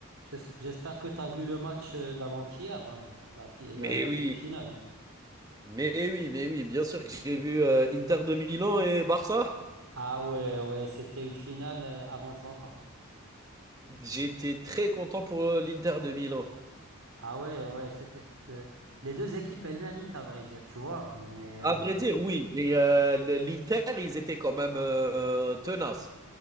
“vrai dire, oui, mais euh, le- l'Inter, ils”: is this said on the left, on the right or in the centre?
Right